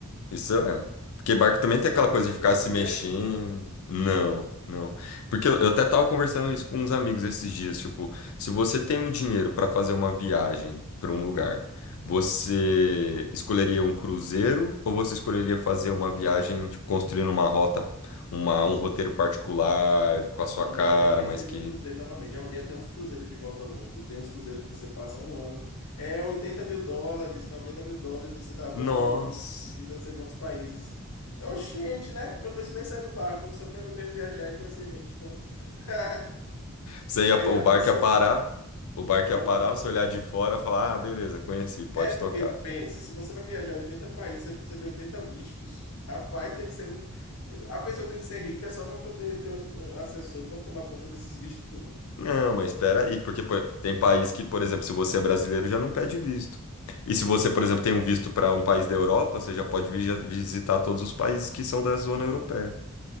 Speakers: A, on the left; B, on the left.
A: Isso é. Porque barco também
B: Você
A: tem aquela
B: já participou
A: coisa de ficar
B: de
A: se
B: cruzeiro?
A: mexendo. Não, não. Porque eu, eu até tava conversando isso com uns amigos esses dias. Tipo, se você tem um dinheiro para fazer uma viagem para um lugar, você escolheria um cruzeiro ou você escolheria fazer uma viagem, tipo, construindo uma rota, uma, um roteiro particular com a sua
B: Não,
A: cara,
B: eu já pensei
A: mas que
B: no cruzeiro novamente. Já olhei até uns cruzeiros de volta ao mundo. Tem uns cruzeiros que você passa um ano. É oitenta mil dólares, noventa mil dólares, você dá a volta
A: Nossa.
B: ao mundo, visita não sei quantos países. Oxente, né? Não preciso nem sair do barco, só quero mesmo viajar e conhecer gente. Pronto. <laughs>
A: Você ia,
B: Eu
A: o
B: já
A: barco
B: pensei.
A: ia parar,
B: né?
A: o barco ia
B: Como?
A: parar, você olhar de fora e falar, ah, beleza, conheci, pode
B: É, porque
A: tocar.
B: pense, se você vai viajar 80 países, você precisa de 80 vistos. Rapaz, tem que ser muito. A pessoa tem que ser rica só para poder ter um, um assessor para tomar conta desses vistos tudo.
A: Não, mas espera aí, porque pô, tem país que, por exemplo, se você é brasileiro, já não pede visto. E se você, por exemplo, tem um visto para um país da Europa, você já pode vi- visitar todos os países que são da zona europeia.